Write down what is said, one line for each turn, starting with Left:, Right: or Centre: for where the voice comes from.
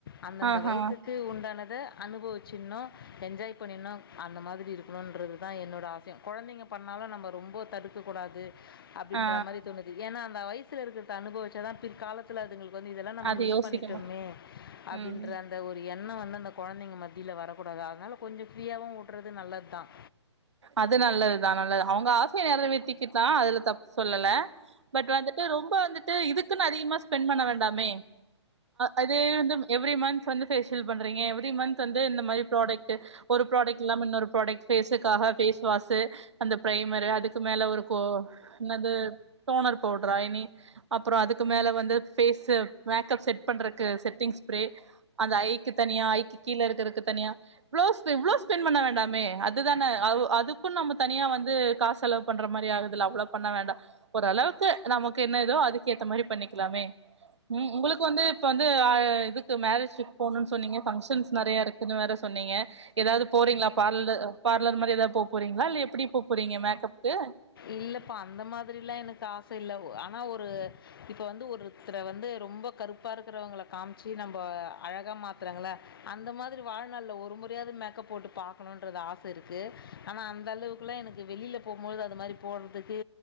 Left: அந்தந்த
Right: ஆஹா
Left: வயசுக்கு உண்டானத அனுபவிச்சிட்ணு என்ஜாய் பண்ணிட்ணு அந்த மாதிரி இருக்கணுன்றதுதா என்னோட ஆஸ் கொழந்தைங்க பண்ணாலு நம்ப ரொம்போ தடுக்கக் கூடாது அப்டின்ற
Right: ஆ
Left: மாரி தோணுது ஏன்னா அந்த வயசுல இருக்கிற அனுபவவிச்ச தான் பிற்கால துல அதுங்களுக்கு வந்து இதெல்லா நம்ம
Right: அது
Left: மிஸ்
Right: யோசிக்க
Left: பண்ணிட்டோமே
Right: மாட்
Left: அப்டின்ற
Right: ம்
Left: அந் அந்த ஒரு எண்ணம் வந்து அந்த கொழந்தைங்க மத்தியில வரக்கூடாது அதனால கொஞ்சம் ஃப்ரீயாவும் உட்றது நல்லது தான்
Right: அது நல்லதுதான் நல்லது அவங்க ஆசய நெர வெத்திக்க தான் அதுல தப்பு சொல்லல பட் வந்துட்டு ரொம்ப வந்துட்டு இதுக்குன் அதிகமா ஸ்பெண் பண்ண வேண்டாமே அது வந்து எவுரி மந்த் வந்து ஃபேஷியல் பண்றீங்க எவுரி மந்த் வந்து இந்த மாரி ப்ராடக்ட்டு ஒரு ப்ராடக்ட்ல்மா இன்னொரு ப்ராடக்ட் பேஸீக்காக ஃபேஸ்வாஷு அந்த ப்ரைமரு அதுக்கு மேல ஒரு கோ என்னது தோணர் பவுட்ரா இனி அப்புறோ அதுக்கு மேல வந்து பேஸு மேக்கப் செட் பண்றக்கு செட்டிங் ஸ்ப்ரே அந்த ஐக்கு தனியா ஐக்கு கீழ இருக்கறக்கு தனியா பிளவுஸ்ல இவ்ளோ ஃபென் பண்ண வேண்டாமே அதுதான அது அதுக்கு நம்ம தனியா வந்து காஸ் செலவு பண்ற மாரி ஆகுதுல அவ்ளோ பண்ண வேண்டா ஓரளவுக்கு நமக்கு என்ன ஏதோ அதுக்கு ஏத்த மாதிரி பண்ணிக்கலாமே ம் உங்ளுக்கு வந்து இப்ப வந்து அ இதுக்கு மேரேஜுக் போணுன் சொன்னீங்க ஃபங்க்ஷன்ஸ் நெறைய இரு க்குனு வேற சொன்னீங்க எதாவது போறீங்ளா பார்ல பார்லர் மாரி எதா போ போறீங்ளா இல்ல எப்டி போ போறீங்க மேக்கப்க்கு
Left: இல்லப்பா அந்த மாதிரிலா எனக்கு ஆச இல்ல ஆனா ஒரு இப்ப வந்து ஒருத்ர வந்து ரொம்போ கருப்பா இருக்குறவுங்கள காம்ச்சு நம்ம அழகா மாத்துறாங்கள அந்த மாதிரி வாழ்நாள்ல ஒரு முறையாவது மேக்கப் போட்டு பாக்கணும்ன்றது ஆச இருக்கு ஆனா அந்த அளவுக் அப்புலா எனக்கு வெளில போமோது அது மாரி போறதுக்கு